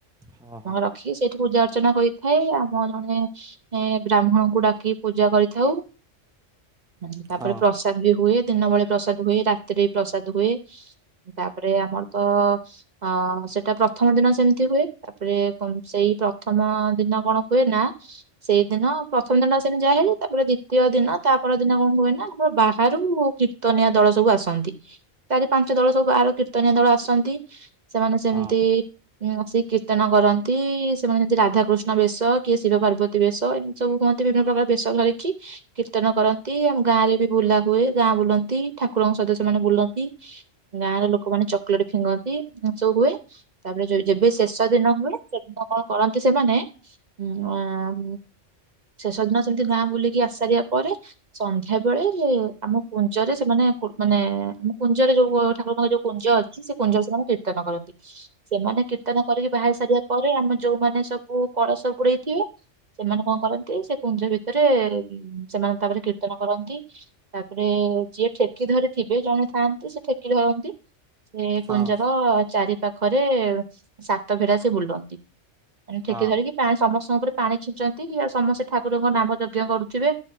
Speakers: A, in the centre; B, on the right (about 40°).
A: ହଁ ହଁ
B: ରଖିକି ସେଇଠି ପୂଜା ଅର୍ଚ୍ଚନା କରିଥାଏ ଆମ ଜଣେ ବ୍ରାହ୍ମଣଙ୍କୁ ଡାକି ପୂଜା କରିଥାଉ ହୁଁ ତାପରେ
A: ହଁ
B: ପ୍ରସାଦ ବି ହୁଏ ଦିନ ବେଳେ ପ୍ରସାଦ ହୁଏ ରାତିରେ ବି ପ୍ରସାଦ ହୁଏ ତାପ ତାପରେ ଆମର ତ ଅ ସେଟା ପ୍ରଥମ ଦିନ ସେମିତି ହୁଏ ତାପରେ ସେଇ ପ୍ରଥମ ଦିନ କଣ କୁଏ ନା ସେଇଦିନ ପ୍ରଥମ ଦିନଟ ସେମିତି ଯାହାହଲେ ତାପରେ ଦ୍ଵିତୀୟ ଦିନ ତାପ ଦିନ କଣ ହୁଏ ନା ଆମର ବାହାରୁ କୀର୍ତ୍ତନିଆ ଦଳ ସବୁ ଆସନ୍ତି ଚାରି ପାଞ୍ଚ ଦଳ ସବୁ ବାହାରୁ କୀର୍ତ୍ତ କୀର୍ତ୍ତନିଆ ଦଳ ଆସନ୍ତି ସେମାନେ ସେମିତି
A: ହଁ
B: ସେ କୀର୍ତ୍ତନ କରନ୍ତି ସେମାନେ ଯେମତି ରାଧାକୃଷ୍ଣ ବେଶ କିଏ ଶିବ ପାର୍ବତୀ ବେଶ ଏମିତି ସବୁ ହୁହନ୍ତି ବିଭିନ୍ନ ପ୍ରକାର ବେଶ ଧରିକି କୀର୍ତ୍ତନ କରନ୍ତି ଆମ ଗାଁ ରେ ବି ବୁଲା ହୁଏ ଗାଁ ବୁଲନ୍ତି ଠାକୁରଙ୍କ ସହିତ ସେମାନେ ବୁଲନ୍ତି ଗାଁର ଲୋକ ଲୋକମାନେ ଚକୋଲେଟ ଫିଙ୍ଗନ୍ତି ସବୁ ହୁଏ ତାପରେ ଯେବେ ଶେଷ ଦିନ ହୁଏ ସେଦିନ କଣ କରନ୍ତି ସେମାନେ ଉ ଶେଷ ଦିନ ସେମିତି ଗାଁ ବୁଲିକି ଆସାରିବା ପରେ ସନ୍ଧ୍ୟା ବେଳେ ଆମ କୁଞ୍ଜରେ ସେମାନେ ମାନେ ଆମ କୁଞ୍ଜରେ ଯୋଉ ଠାକୁରଙ୍କ ଯୋଉ କୁଞ୍ଜ ଅଛି ସେ କୁଞ୍ଜ ସେମାନେ କୀର୍ତ୍ତନ କରନ୍ତି ସେମାନେ କୀର୍ତ୍ତନ କରିକି ବାହାରି ସାରିବା ପରେ ଆମ ଯୋଉମାନେ ସବୁ କଳସ ବୁଡ଼େଇଥିବେ ସେମାନେ କଣ କରନ୍ତି ସେ କୁଞ୍ଜ ଭିତରେ ସେମାନେ ତାପରେ କୀର୍ତ୍ତନ କରନ୍ତି ତାପରେ ଯିଏ ଠେକି ଧରି ଥିବେ ଯେଉମାନେ ଥାଆନ୍ତି ସେ ଠେକି ଧରନ୍ତି। ସେ କୁଞ୍ଜର
A: ହଁ
B: ଚାରୀ ପାଖରେ ସାତ ଭେରା ସେ ବୁଲନ୍ତି ମାନେ ଠେକି
A: ହଁ
B: ଧରିକି ପାୟ ସମସ୍ତଙ୍କୁ ଉପରେ ପାଣି ଛିଞ୍ଚନ୍ତି ଆଉ ସମସ୍ତେ ଠାକୁରଙ୍କ ନାମ ଯଜ୍ଞ କରୁଥିବେ